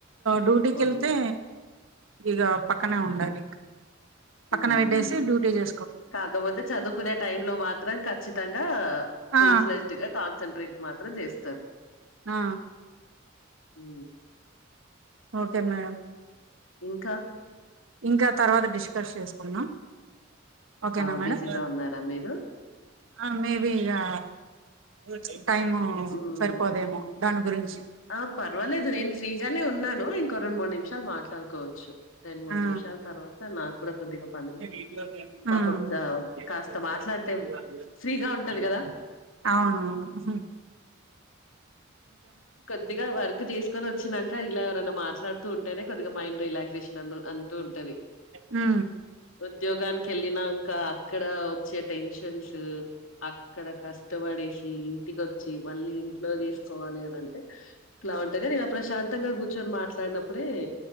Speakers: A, on the right (about 80°); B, on the left (about 80°).
A: డ్యూటీకి
B: ఓన్లీ
A: వెళ్తే ఇక పక్కనే ఉండాలి ఇంకా పక్కన
B: హ్మ్.
A: పెట్టేసి డ్యూటీ చే
B: కాకపోతే చదువుకునే టై లో మాత్రం ఖచ్చితంగా ఫుల్
A: ఆ
B: ఫ్లెడ్జ్ గా కాన్సన్ంట్రేట్ మాత్రం చేస్
A: ఆ
B: ఉ
A: ఓకే మేడం
B: ఇంకా
A: ఇంకా తర్వాత డిస్కస్ చేసుకుందాం ఓకేనా
B: ఆ!
A: మేడం
B: బిజీగా ఉన్నారా మీరు?
A: ఆ మేబి అ వచ్చి టైమూ
B: హ్మ్.
A: సరిపోదేమో దాని గురించి
B: ఆ! పర్వాలేదు నేను ఫ్రీగానే ఉన్నాను ఇంకో రెండు మూడు నిమిషాలు మాట్లాడుకోవచ్చు రెండు మూడు
A: ఆ
B: నిమిషాల తర్వాత నాకు కూడా కొద్దిగా పనుంది.
A: ఆ
B: పాపం జ కాస్త మాట్లాడితే ఫ్రీగా ఉంటది కదా
A: అవునువును
B: కొద్దిగా వర్క్ చేసుకొని వచ్చినాక ఇలా ఎవరైనా మాట్లాడు తు ఉంటేనే కొద్దిగా మైండ్ రిలాక్సేషన్ అ అంటూ ఉంటది
A: ఆ
B: ఉద్యోగానికి వెళ్ళినాంకా అక్కడ వచ్చే టెన్షన్స్ అక్కడ కష్టపడేసి ఇంటికొచ్చి మళ్ళీ ఇంట్లో తీసుకోవాలి అనింటే ఇట్ల ఉంటాది నేను ప్రశాంతంగా కూర్చొని మాట్లాడినప్పుడే